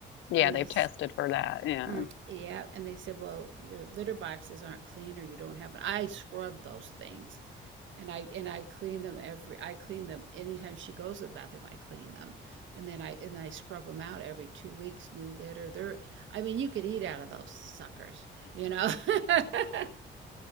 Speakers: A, on the left (about 75°); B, on the right (about 70°).
A: Yeah,
B: and
A: they've
B: they
A: tested for that. Yeah.
B: mm, yeah and they said well your litter boxes aren't clean or you don't have it i scrub those things and i and i clean them every i clean them anytime she goes to the bathroom i clean them and then i and i scrub them out every two weeks new litter they're i mean you could eat out of those suckers you know <laughs>